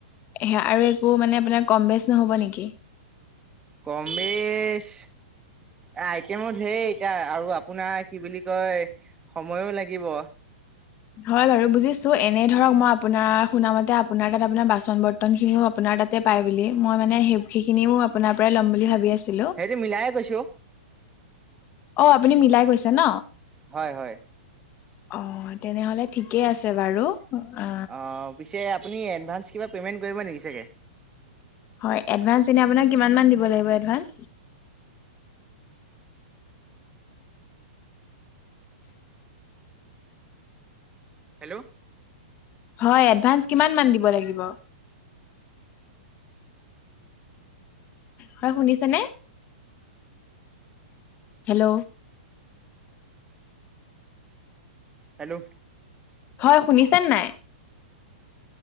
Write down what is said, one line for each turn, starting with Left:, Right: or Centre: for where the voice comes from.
Left: সে আৰু একো মানে আপোনাৰ কম বেচ নহ'ব নিকি?
Right: কম বেছ এ আইটেমো ধেৰ এতিয়া আৰু আপোনাৰ কি বুলি কয় সময়ো লাগিব।
Left: হয় বাৰু বুজিছো এনে ধৰক মই আপোনাৰ শুনা মতে আপোনাৰ তাত আপোনাৰ বাচন বৰ্তনখিনিও আপোনাৰ তাত তে পাই বুলি, মই মানে সেই সেইখিনিও আপোনাৰ পৰাই ল'ম বুলি ভাবি আছিলো।
Right: সেইটো মিলাইে কৈছো
Left: অ আপুনি মিলাই কৈছে ন?
Right: হয় হয়।
Left: অহ, তেনেহলে ঠিকেই আছে বাৰু। অ
Right: অঁ পিছে আপুনি এডভাঞ্চ কিবা পে'মেণ্ট কৰিব নেকি চাগে?
Left: হয়, এডভাঞ্চ এনে আপোনাক কিমানমান দিব লাগিব এডভাঞ্চ?
Right: হেল্ল'?
Left: হয়, এডভাঞ্চ কিমান মান দিব লাগিব? হয় শুনিছে নে? হেল্ল'?
Right: হেল্ল'?
Left: হয় শুনিছে নাই?